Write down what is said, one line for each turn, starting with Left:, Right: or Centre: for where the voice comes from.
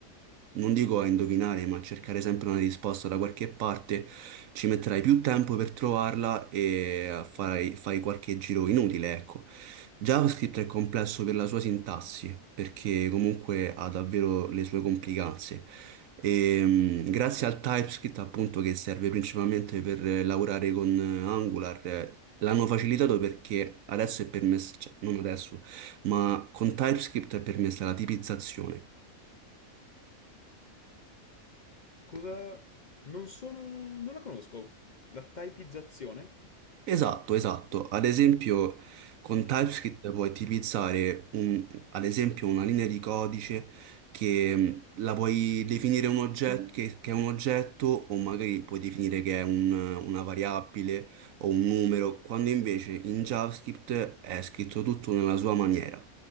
Right: non dico a indovinare, ma a cercare sempre una risposta da qualche parte, ci metterai più tempo per trovarla e farai, fai qualche giro inutile, ecco. JavaScript è complesso per la sua sintassi, perché comunque ha davvero le sue complicanze. E, mh, grazie al TypeScript, appunto, che serve principalmente per eh, lavorare con eh, Angular, eh, l'hanno facilitato perché adesso è permesso, cioè, non adesso, ma con TypeScript è permessa la tipizzazione.
Left: Cosa... Non sono... non la conosco. La typizzazione?
Right: Esatto, esatto. Ad esempio, con TypeScript puoi tipizzare, un- ad esempio, una linea di codice che mh, la puoi definire un oggetto, che, che è un oggetto o magari puoi definire che è un- una variabile o un numero, quando invece in JavaScript è scritto tutto nella sua maniera,